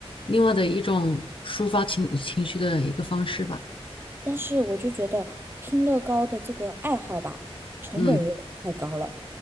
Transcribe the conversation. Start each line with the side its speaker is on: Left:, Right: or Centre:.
Left: 另外的一种抒发情情绪的一个方式吧。
Right: 但是我就觉得拼乐高的这个爱好吧，成本有点太高了。
Left: 嗯